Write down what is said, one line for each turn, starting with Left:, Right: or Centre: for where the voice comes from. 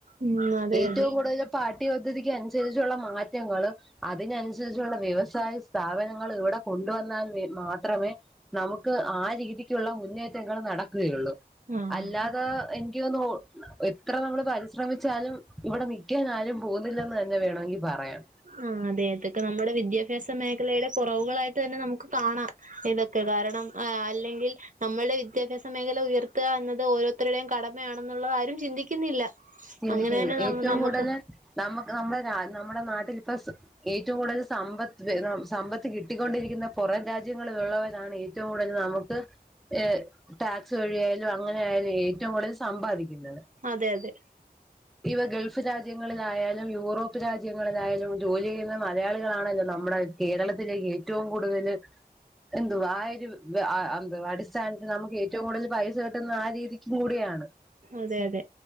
Right: ഉം അതെ
Centre: ഏറ്റവും
Right: അതെ
Centre: കൂടുതൽ.. പാട്ട്യ പദ്ധതിക്ക് അനുസരിച്ചുള്ള മാറ്റങ്ങൾ അതിനനുസരിച്ചുള്ള വ്യവസായ.. സ്ഥാപനങ്ങൾ ഇവിടെ കൊണ്ടുവന്നാൽ വെ മാത്രമേ, നമുക്ക് ആ രീതിക്കുള്ള മുന്നേറ്റങ്ങൾ നടക്കുകയുള്ളു.
Right: ആഹ്
Centre: അല്ലാതെ എനിക്ക് തോന്നുന്നു ഒ എത്ര നമ്മള് പരിശ്രമിച്ച.. ആലും ഇവിടെ നൽിക്കാൻ ആരും പോകുന്നില്ലന്ന് തന്നെ വേണമെങ്കിൽ പറയാം.
Right: ആ അതെതൊക്കെ നമ്മുടെ വിദ്യാഭ്യാസ മേഖലയിലെ കുറവുകളായിട്ട് തന്നെ നമുക്ക് കാണാം. ഇതൊക്കെ കാരണം ആ അല്ലെങ്കിൽ, നമ്മളുടെ വിദ്യാഭ്യാസ മേഖല ഉയർത്തുക എന്നത് ഓരോരുത്തരുടെയും കടമയാണെന്നുള്ളത് ആരും ചിന്തിക്കുന്നില്ല.
Centre: ചിന്തിക്കുന്നത്
Right: അങ്ങനെ തന്നെ
Centre: ഏറ്റവും
Right: നമുക്ക്
Centre: കൂടുതല് നമ്മക്ക് നമ്മുടെ രാ നമ്മുടെ നാട്ടിലിപ്പ ഏറ്റവും കൂടുതൽ സമ്പത്ത് വെ സം സമ്പത്ത് കിട്ടിക്കൊണ്ടിരിക്കുന്ന- പൊറം രാജ്യങ്ങളിലുള്ളവരാണ് ഏറ്റവും കൂടുതൽ നമുക്ക്. ഏ ടാക്സ് വഴിയായാലും അങ്ങനെ ആയാലും ഏറ്റവും കൂടുതൽ സമ്പാദിക്കുന്നത്.
Right: അതെ അതെ-
Centre: ഇവ ഗൾഫ് രാജ്യങ്ങളിലായാലും യൂറോപ്പ് രാജ്യങ്ങളിലായാലും. ജോലി ചെയ്യുന്ന മലയാളികളാണല്ലോ നമ്മുടെ കേരളത്തിലേക്ക് ഏറ്റവും കൂടുതല് - എന്തുവ ആഹ് ഒരു വെ ആ ന്ത് അടിസ്ഥാനത്തിൽ നമുക്ക്.. ഏറ്റവും കൂടുതൽ പൈസ കിട്ടുന്ന ആ രീതിക്കും കൂടിയാണ്.
Right: അതെ അതെ.